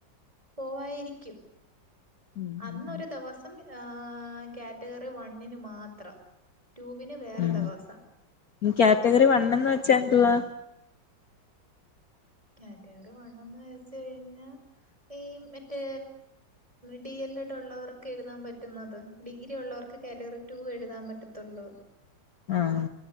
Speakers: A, on the right; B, on the left.
A: പോവായിരിക്കും.
B: ഉം
A: അന്നൊരു
B: ഉം
A: ദിവസം ആ കാറ്റഗറി വണ്ണിന് മാത്രം. ടൂവിന് വേറെ
B: ഉം
A: ദിവസം.
B: കാറ്റഗറി വണെന്ന് വെച്ചാ ന്തുവാ?
A: കാറ്റഗറി വണ്ണന്ന് വെച്ച് കഴിഞ്ഞാ ഈ മറ്റേ ഡി എൽ എഡ് ഉള്ളവർൊക്കെ എഴുതാൻ പറ്റുന്നത്. ഡിഗ്രി ഉള്ളവർക്ക് കാറ്റഗറി ടു എഴുതാൻ പറ്റത്തുള്ളൂ.
B: ആഹ്